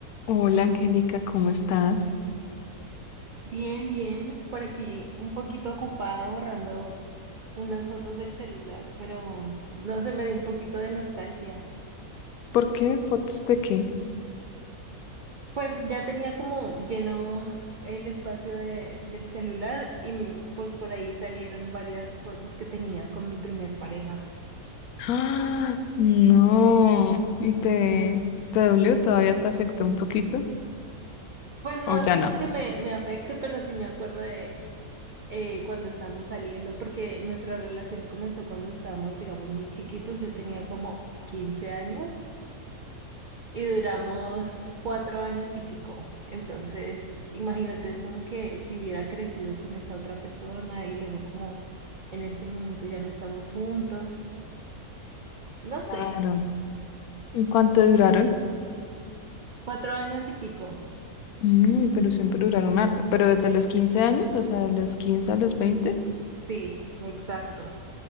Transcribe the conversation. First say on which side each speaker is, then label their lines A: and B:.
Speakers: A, on the left (about 80°); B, on the right (about 70°).
A: Hola Angélica, ¿cómo estás?
B: Bien, bien, por aquí un poquito ocupada borrando unas fotos del celular, pero no se me dio un poquito de nostalgia.
A: ¿Por qué? ¿Fotos de qué?
B: Pues ya tenía como lleno el espacio de, del celular y mm, pues por ahí salieron varias fotos que tenía con mi primer pareja.
A: ¡Ah! No. ¿Y te, te dolió? ¿Todavía te afectó un poquito?
B: Pues
A: ¿O
B: no es
A: ya
B: como
A: no?
B: que me, me afecte, pero sí me acuerdo de eh, cuando estábamos saliendo, porque nuestra relación comenzó cuando estábamos, digamos, muy chiquitos. Yo tenía como quince años. y duramos cuatro años y pico. Entonces, imagínate, es como que si hubiera crecido con esa otra persona y luego como en ese momento ya no estamos juntos. No
A: Claro.
B: sé,
A: ¿En cuánto duraron?
B: cuatro años y pico.
A: Mm, pero siempre duraron harto. ¿Pero desde los 15 años? O sea, de los 15 a los veinte.
B: Sí, exacto.